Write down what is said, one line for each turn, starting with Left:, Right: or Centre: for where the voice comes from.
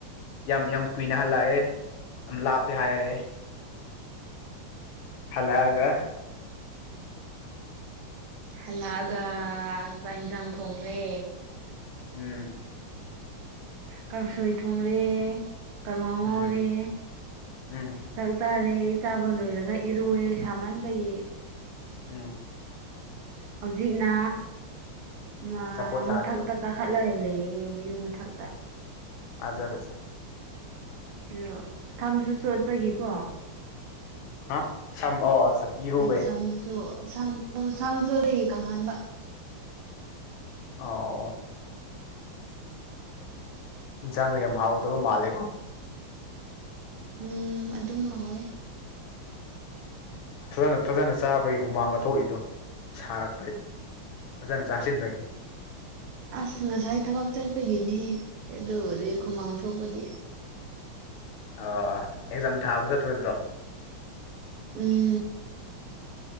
Left: ꯌꯥꯝ ꯌꯥꯝ ꯀꯨꯏꯅ ꯍꯜꯂꯛꯑꯦ ꯌꯥꯝ ꯂꯥꯞꯄꯦ ꯍꯥꯏꯔꯦ ꯍꯜꯂꯛꯑꯒ
Right: ꯍꯜꯂꯛꯑꯒ ꯆꯥꯛ ꯏꯟꯁꯥꯡ ꯊꯣꯡꯔꯦ
Left: ꯎꯝ
Right: ꯀꯥꯡꯁꯣꯏ ꯊꯣꯡꯔꯦ ꯀꯥꯡꯍꯧ
Left: ꯎꯝ
Right: ꯉꯧꯔꯦ
Left: ꯎꯝ
Right: ꯇꯥꯡ ꯇꯛ ꯆꯥꯔꯦ ꯆꯥꯕ ꯂꯣꯏꯔꯒ ꯏꯔꯨꯑꯦ ꯁꯥꯃꯟꯕꯒꯤ
Left: ꯎꯝ
Right: ꯍꯧꯖꯤꯛꯅ ꯃ
Left: ꯑꯆꯥꯄꯣꯠ ꯆꯥꯔꯦꯕ
Right: ꯃꯊꯛꯇ ꯀꯥꯈꯠ ꯂꯥꯢ ꯂꯩꯌꯦ ꯌꯨꯝ ꯃꯊꯛꯇ
Left: ꯑꯖ ꯕꯖ
Right: ꯀꯅꯣ ꯁꯝꯁꯨ ꯆꯣꯠꯄꯒꯤꯀꯣ
Left: ꯍꯥ ꯁꯝ ꯑꯣ ꯑꯆꯥ ꯏꯔꯨꯕꯩ
Right: ꯑꯩꯅ ꯁꯝꯗꯨꯁꯨ ꯁꯝ ꯄꯨ ꯁꯝꯁꯨ ꯆꯣꯠꯂꯤꯉꯩ ꯀꯪꯍꯟꯕ
Left: ꯑꯥ ꯑꯣ ꯑꯣ ꯏꯟꯖꯥꯡꯒ ꯌꯥꯝ ꯍꯥꯎꯒꯗꯕ ꯃꯥꯜꯂꯦꯀꯣ
Right: ꯎꯝ ꯑꯗꯨꯝ ꯍꯥꯎꯋꯦ
Left: ꯐꯖꯅ ꯐꯖꯅ ꯆꯥꯕꯩ ꯍꯨꯃꯥꯡꯒ ꯊꯣꯛꯏꯗꯣ ꯁꯥꯔꯛꯄꯩ ꯐꯖꯅ ꯆꯥꯁꯤꯟꯕꯒꯤ
Right: ꯑꯁ ꯉꯁꯥꯏ ꯊꯕꯛ ꯆꯠꯄꯒꯤꯅꯤ ꯍꯦ ꯑꯗꯨ ꯑꯣꯏꯗꯤ ꯍꯨꯃꯥꯡ ꯊꯣꯛꯄꯗꯤ
Left: ꯑ ꯑꯦꯛꯖꯥꯝ ꯊꯥꯕ ꯆꯠꯇꯣꯏ ꯅꯠꯇ꯭ꯔꯣ
Right: ꯎꯝ